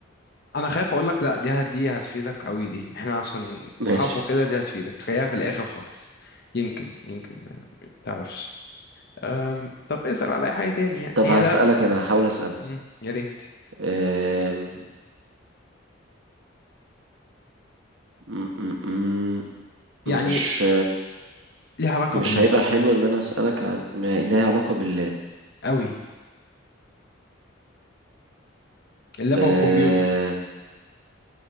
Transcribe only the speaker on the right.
ماشي
طب
هسألك
انا هحاول اسألك
أم، م- م- م-
مش
مش
هيبقى حلو ان انا اسالك عن ما لها علاقه باللاب
أه،